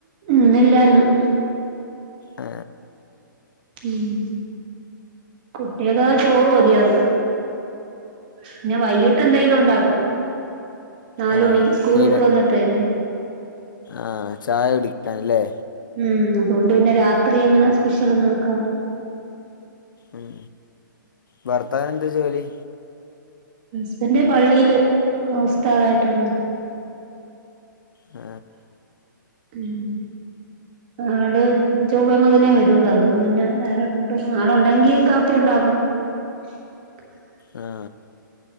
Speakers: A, on the right; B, on the left.
A: ഇന്ന് ഇല്ലായിരുന്നു
B: ഏ
A: ഉം കുട്ടികള് ചോറ് മതി അവർക്ക് പിന്നെ വൈകിട്ട് എന്തെങ്കിലും ഉണ്ടാക്കും നാല്
B: ആ
A: മണിക്ക് സ്കൂൾ
B: ഇവൻ
A: വിട്ട് വന്നിട്ടേ
B: ആചായ കുടിക്കാൻ അല്ലെ
A: ഉം അതുകൊണ്ട് പിന്നെ രാത്രി എങ്ങനെ സ്പെഷ്യൽ ഒന്നും ആക്കാറു
B: ഉം ഭർത്താവിന് എന്താ ജോലി
A: ഹസ്ബൻഡ് പള്ളിയില് ഉസ്താദായിട്ടാണ്
B: ആ
A: ഉം ആള് ചൊവ് മുതേ വരുള്ളൂ അതുകൊണ്ട് പിന്നെ വേറെ ഫുഡ് ഒന്നും ആളുണ്ടെങ്കി കാപ്പി ഉണ്ട <unintelligible>
B: ആ